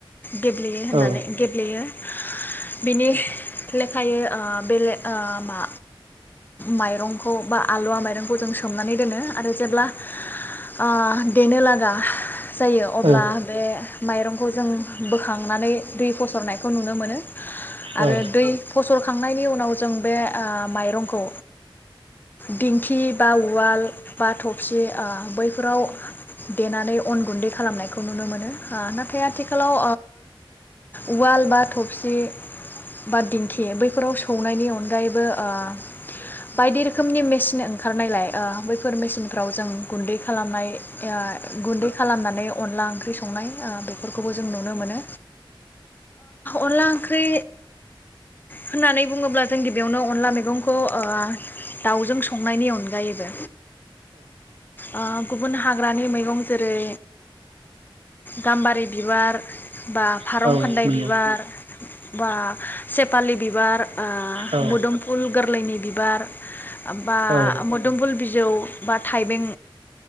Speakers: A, on the left (about 20°); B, on the right (about 80°).
A: गेब्लेयो होननानै
B: औ
A: गेब्लेयो बिनि ओ बेलेग ओ मा माइरंखौ बा आलुवा माइरंखौ जों सोमनानै दोनो आरो जेब्ला ओ देनो लागा जायो अब्ला
B: औ
A: बे माइरंखौ जों बोखांनानै दै फसरनायखौ नुनो मोनो । आरो
B: औ
A: दै फसर खांनायनि उनाव जों बे ओ माइरंखौ दिंखि बा उवाल बा थफसि ओ बैफोराव देनानै अन गुन्दै खालामनायखौ नुनो मोनो । <unintelligible> नाथाय आथिखालाव उवाल बा थफसि बा दिंखि बैफोराव सौनायनि अनगायैबो ओ बायदि रोखोमनि मेसिन ओंखारनायलाय बैफोर मेसिनफ्राव जों गुन्दै खालामनाय ओ गुन्दै खालामनानै अनला ओंख्रि सं संनाय बेफोरखौबो जों नुनो मोनो अनला ओंख्रि होननानै बुङोब्ला जों गिबियावनो अनला मैगंखौ ओ दाउजों संनायनि अनगायैबो ओ गुबुन हाग्रानि मैगं जेरै गाम्बारि बिबार बा फारं
B: औ
A: खान्दाय
B: औ नंगौ
A: बिबार बा सेपालि बिबार
B: औ
A: मोदोमफुल गोरलैनि बिबार बा
B: औ औ
A: मोदोमबुल बिजौ बा थाइबें